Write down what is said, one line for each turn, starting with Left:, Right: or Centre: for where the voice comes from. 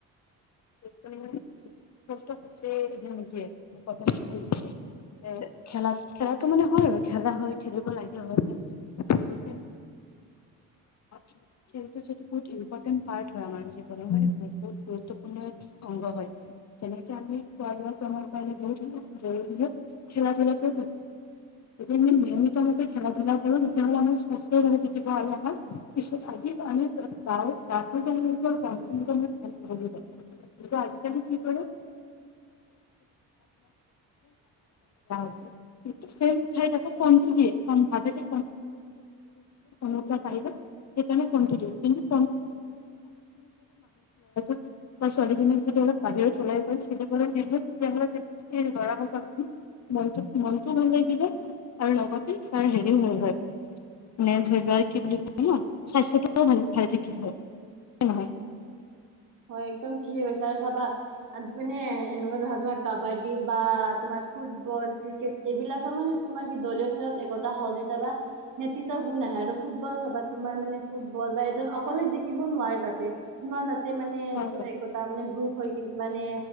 Left: <unintelligible> খেলা-খেলাটো মানে হয় আৰু খেলা হয়, খেলিব লাগে অলপ টাইম। <unintelligible> খেলটো যিহেতু বহুত ইম্পৰ্টেণ্ট পাৰ্ত হয় আমাৰ জীৱনৰ, <unintelligible> অংগ হৈ কিয়। যেনেকে আমি <unintelligible> খেলা ধুলাটো <unintelligible> <unintelligible> নিয়মিত ভাৱে খেলা ধূলা কৰোঁ, তেতিয়াহলে আমাৰ স্বাস্থ্য <unintelligible>
Right: <inaudible>
Left: <unintelligible> <unintelligible> আজিকালি কি কৰে <unintelligible> ছেম ঠাইত আকৌ ফোনটো দিয়ে কাৰণ ভাবে যে <unintelligible> সেইকাৰণে ফোনটো দিয়ে, কিন্তু <unintelligible> ছোৱালীজনি যদি অলপ বাহিৰত ওলাই যাই খেলিবলৈ <unintelligible> মনটো, মনটোও ভাল লাগিলে, আৰু লগতে তাৰ হেৰিও হব পাৰে। <unintelligible>
Right: হয়, একদম ঠিক হৈছে আৰু চাবা <unintelligible> এনেকুৱা ধৰা তোমাৰ কাবাডী বা তোমাৰ ফুটবল ক্ৰিকেট এইবিলাকৰ মানে তোমাৰ কি দলীয় খেলত একতা সহযোগিতা বা নেতৃত্ব গুণ আহে আৰু ফুটবল চাবা, তোমাৰ মানে ফুটবল বা এজন অকলে জিকিব নোৱাৰে তাতে। তোমাৰ তাতে মানে <unintelligible>
Left: হয়
Right: টা মানে গ্ৰুপ হৈ কিনে মানে